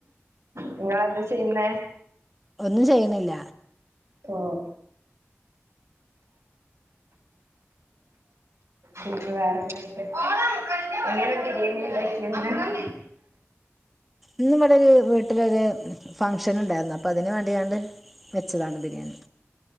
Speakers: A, on the right; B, in the centre.
A: നിങ്ങെളെന്താ ചെയ്യുന്നേ
B: ഒന്നും ചെയ്യണില്ല
A: ഓഹ് തീരു <inaudible> അങ്ങനെ ബിരിയാണി ഇണ്ടാക്കിന്ന്
B: ഇന്ന് ഇവിടെ ഒരു വീട്ടിലൊരു ഫംഗഷൻ ഉണ്ടായിരുന്നു അപ്പൊ അതിന് വേണ്ടിയാണ്ട് വെച്ചതാണ് ബിരിയാണി